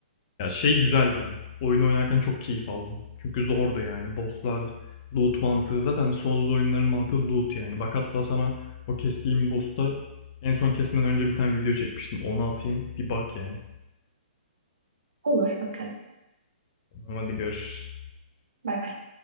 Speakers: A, on the left; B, on the right.
A: Ya şey güzeldi ama. Oyun oynarken çok keyif aldım. Çünkü zordu yani. Bosslar, loot mantığı. Zaten Souls oyunların mantığı loot yani. Bak hatta sana o kestiğim boss'ta en son kesmeden önce bir tane video çekmiştim. Onu atayım. Bir bak yani.
B: Olur bakarız.
A: Tamam, Hadi görüşürüz.
B: Bay bay.